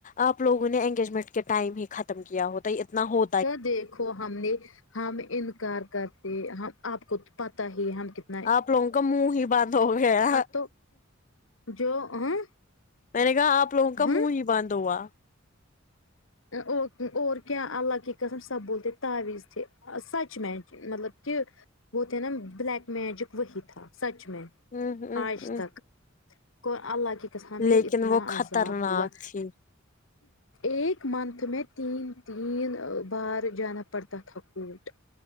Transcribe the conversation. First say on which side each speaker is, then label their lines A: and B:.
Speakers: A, on the left (about 40°); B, on the left (about 65°).
A: آپ لوگوں نے انگیجمنٹ کے ٹائم ہی ختم کیا ہوتا تو اتنا ہو
B: تو دیکھو ہم نے ہم انکار کرتے ہم آپ کو پتا ہی ہم کت
A: آپ لوگوں کا منہ ہی بند ہو گیا
B: تو جو ہاں
A: میں نے کہا آپ لوگوں کا
B: ہاں
A: منہ ہی بند ہوا
B: ااور کیا اللہ کی قسم سب بولتے تاویز ت تھے سچ میچ مطلب کہ وہ تھے نا بلیک میجک وہی تھا سچ میں
A: ہ ہ
B: آج
A: ہ
B: تک کو اللہ کی ہمیں
A: لیکن
B: اتنا
A: وہ خطرناک
B: عذاب ہوا
A: تھی
B: ایک منت میں تین تین بار جانہ پڑتا تھاکوٹ